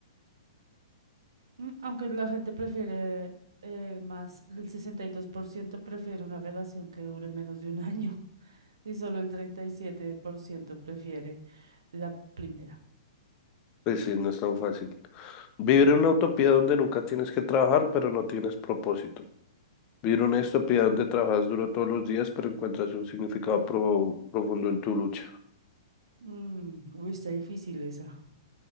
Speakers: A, on the right; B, on the left.
A: Mm, Aunque la gente prefiere eh, más, el 62% prefiere una relación que dure menos de un año <laughs> y solo el 37% prefiere la primera.
B: pues
A: Mm,
B: sí, no es tan fácil. Vivir en una utopía donde nunca tienes que trabajar, pero no tienes propósito. Vivir una utopía donde trabajas duro todos los días, pero encuentras un significado pro- profundo en tu lucha.
A: mm, uy, está difícil esa,